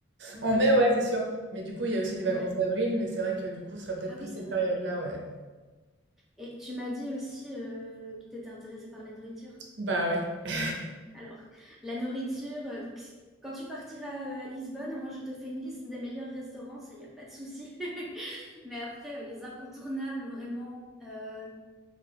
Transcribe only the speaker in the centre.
Ouais.
Ouais.
Ah
oui, c'est
vrai.
Et tu m'as dit aussi euh, que tu étais intéressée par la nourriture.
Alors, la nourriture, euh, donc, si- quand tu partiras euh, à Lisbonne, moi je te fais une liste des meilleurs restaurants, ça, il n'y a pas de souci. <laughs> Mais après, euh, les incontournables, vraiment, euh,